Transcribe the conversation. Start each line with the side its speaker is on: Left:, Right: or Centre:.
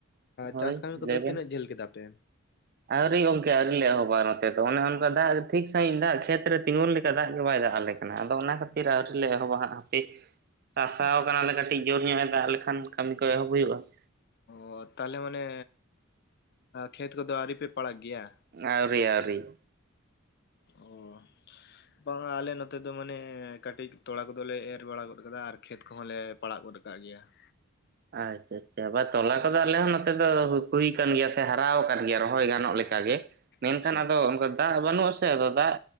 Right: ᱦᱳᱭ
Left: ᱪᱟᱥ ᱠᱟᱹᱢᱤ ᱠᱚᱫᱚ
Right: ᱞᱟᱹᱭ ᱵᱮᱱ
Left: ᱛᱤᱱᱟᱹᱜ ᱡᱷᱟᱹᱞ ᱠᱮᱫᱟ ᱯᱮ?
Right: ᱟᱹᱣᱨᱤ ᱜᱚᱢᱠᱮ ᱟᱹᱣᱨᱤ ᱞᱮ ᱮᱦᱚᱵᱟ ᱱᱚᱛᱮ ᱫᱚ ᱚᱱᱮ ᱚᱱᱠᱟ ᱫᱟᱜ ᱴᱷᱤᱠ ᱥᱟᱺᱦᱤᱡ ᱫᱟᱜ ᱠᱷᱮᱛᱨᱮ ᱛᱤᱸᱜᱩᱱ ᱞᱮᱠᱟ ᱫᱟᱜ ᱜᱮ ᱵᱟᱭ ᱫᱟᱜ ᱟᱞᱮ, ᱟᱫᱚ ᱚᱱᱟ ᱠᱷᱟᱹᱛᱤᱨ ᱟᱹᱣᱨᱤᱤᱞᱳ ᱮᱦᱚᱵᱟ ᱦᱟᱸᱜ ᱦᱟᱯᱮ ᱾ ᱥᱟᱥᱟᱣ ᱠᱟᱱᱟᱞᱮ ᱠᱟᱹᱴᱤᱡ ᱡᱳᱨ ᱧᱚᱜ ᱮ ᱫᱟᱜ ᱞᱮᱠᱷᱟᱱ ᱠᱟᱹᱢᱤ ᱠᱚ ᱮᱦᱚᱵ ᱦᱩᱭᱩᱜᱼᱟ ᱾
Left: ᱚ, ᱛᱟᱦᱚᱞᱮ ᱢᱟᱱᱮ ᱠᱷᱮᱛ ᱠᱚᱫᱚ ᱟᱹᱣᱨᱤ ᱯᱮ ᱯᱟᱲᱟᱜ ᱜᱮᱭᱟ?
Right: ᱟᱹᱣᱨᱤ ᱟᱹᱣᱨᱤ ᱾
Left: ᱚ ᱾ ᱵᱟᱝ ᱟᱞᱮ ᱱᱚᱛᱮ ᱫᱚ ᱢᱟᱱᱮ ᱠᱟᱹᱴᱤᱡ ᱛᱚᱲᱟ ᱠᱚᱫᱚ ᱞᱮ ᱮᱨ ᱵᱟᱲᱟ ᱜᱚᱫ ᱠᱟᱫᱟ ᱟᱨ ᱠᱷᱮᱛ ᱠᱚᱦᱚᱸ ᱞᱮ ᱯᱟᱲᱟᱜ ᱜᱚᱫ ᱟᱠᱟᱫᱟ ᱾ ᱠᱟᱜ ᱜᱮᱭᱟ ᱾
Right: ᱟᱪᱪᱷᱟ, ᱟᱪᱪᱷᱟ ᱾ ᱵᱟ ᱛᱚᱞᱟ ᱠᱚᱫᱚ ᱟᱞᱮ ᱦᱚᱸ ᱱᱚᱛᱮ ᱫᱚ ᱦᱩᱭ ᱟᱠᱟᱱᱟ ᱜᱮᱭᱟ ᱥᱮ, ᱦᱟᱨᱟ ᱟᱠᱟᱱ ᱜᱮᱭᱟ ᱨᱚᱦᱚᱭ ᱜᱟᱱᱚᱜ ᱞᱮᱠᱟ ᱜᱮ ᱾ ᱢᱮᱱᱠᱷᱟᱱ
Left: ᱟᱪᱪᱷᱟ
Right: ᱟᱫᱚ ᱚᱱᱠᱟ ᱫᱟᱜ ᱵᱟᱹᱱᱩᱜᱼᱟᱥᱮ ᱟᱫᱚ ᱫᱟᱜ